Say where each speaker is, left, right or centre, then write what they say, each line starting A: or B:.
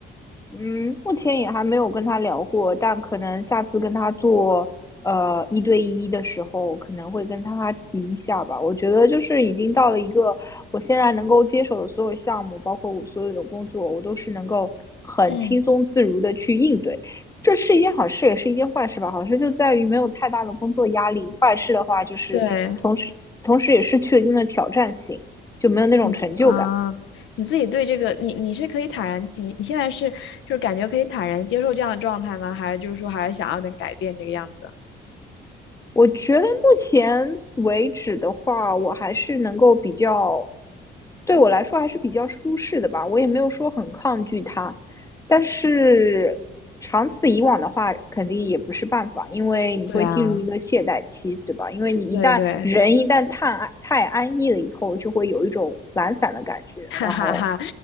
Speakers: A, on the left; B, on the left.
A: 嗯，目前也还没有跟他聊过，但可能下次跟他做呃一对一的时候，可能会跟他提一下吧。我觉得就是已经到了一个我现在能够接手的所有项目，包括我所有的工作，我都是能够很轻松自如的去应对。
B: 嗯，
A: 这是一件好事，也是一件坏事吧。好事就在于没有太大的工作压力，坏事的话就是同时同时也是确定了挑战性，
B: 对。
A: 就没有那种成就感。
B: 你自啊，你自己对这个，你你是可以坦然，你你现在是就是感觉可以坦然接受这样的状态吗？还是就是说还是想要能改变这个样子？
A: 我觉得目前为止的话，我还是能够比较，对我来说还是比较舒适的吧。我也没有说很抗拒它，但是长此以往的话，肯定也不是办法，因为你会进入一个懈怠期，
B: 对啊，
A: 对吧？因为你一旦人一旦太安太安逸了以后，
B: 对对，
A: 就会有一种懒散的感觉。
B: <laughs> 哈哈哈，
A: 然后